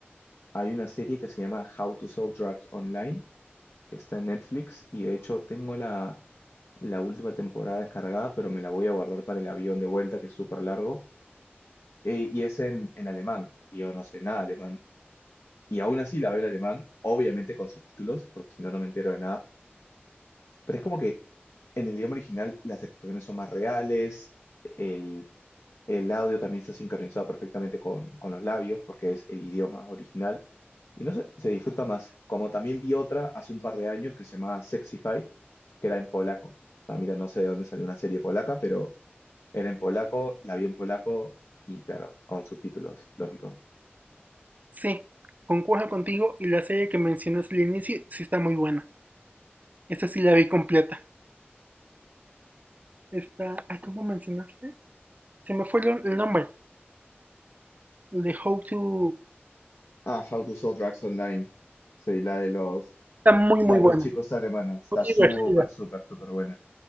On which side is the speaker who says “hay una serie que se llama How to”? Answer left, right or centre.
Left